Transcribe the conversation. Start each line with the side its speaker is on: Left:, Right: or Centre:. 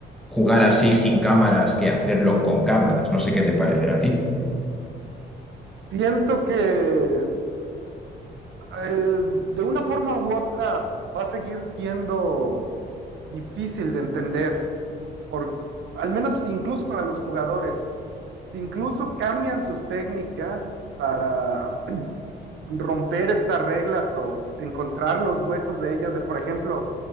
Centre: jugar así sin cámaras que hacerlo con cámaras. No sé qué te parecerá a ti.
Right: Siento que eh, de una forma u otra va a seguir siendo difícil de entender, por, al menos incluso para los jugadores. Si incluso cambian sus técnicas para romper estas reglas o encontrar los huecos de ellas, de por ejemplo,